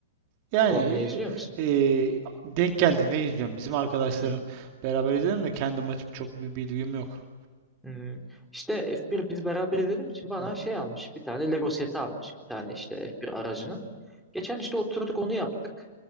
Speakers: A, on the right (about 40°); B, in the centre.
A: Yani
B: Formula izliyor musun?
A: e, e, denk geldi ne izliyorum. Bizim arkadaşların
B: Hmm,
A: beraber izledim de kendim açıp çok bir bilgim yok.
B: hmm. İşte F1 biz beraber izlediğim için bana
A: Hı hı.
B: şey almış. Bir tane Lego seti almış. Bir tane işte F1 aracının. Geçen işte oturduk onu yaptık.